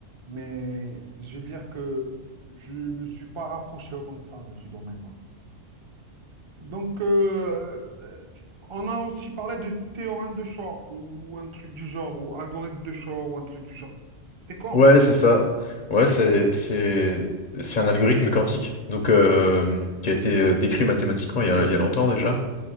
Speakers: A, on the right; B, on the left.
A: mais je vais dire que je me suis pas rapproché autant que ça de ce domaine-là. Donc, euh, on a aussi parlé de théorème de Shor ou un truc du genre, ou algorithme de Shor ou un truc du genre. C'est quoi
B: Ouais,
A: en fait?
B: c'est ça. Ouais, c'est, c'est, c'est un algorithme quantique, donc euh, qui a été euh, décrit mathématiquement il y a, il y a longtemps déjà,